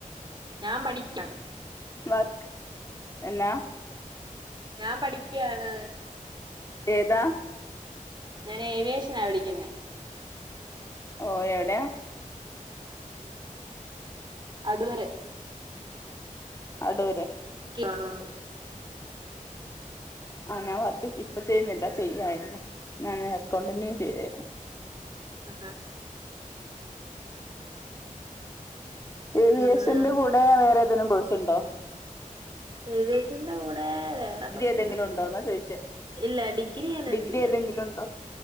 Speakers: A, on the right (about 35°); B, on the left (about 20°).
A: ഞാൻ പഠിക്കണം
B: വാക്ക് എന്നാ
A: ഞാൻ പഠിക്ക്യാണ്
B: ഏതാ?
A: ഞാൻ ഏവിയേഷനാ പഠിക്ക്ന്നെ
B: ഓഫ് എവിടെയാ
A: അടൂര്
B: അടൂര്
A: ആണോ?
B: ആഹ് ഞാൻ വർക്ക് ഇപ്പ ചെയ്യ്ന്നില്ല ചെയ്യായ്രുന്നു ഞാന് അക്കൗണ്ടെന്റ്ന് ചെയ്യായിരുന്നു
A: ആഹ് ഹാ
B: ഏവിയേഷന്റെ
A: ആഹാ
B: കൂടെ വേറെതേലും കോഴ്സ്ണ്ടോ?
A: എവിയേഷന്റെ കൂടെ വേറെ കൊർച്ച്
B: ഏതെങ്കിലും ഉണ്ടോന്നാ ചോദിച്ചേ
A: ഇല്ല ഡിഗ്രി അതിനകത്തില്ല.
B: ഡിഗ്രി ഏതെങ്കിലും ഉണ്ടോ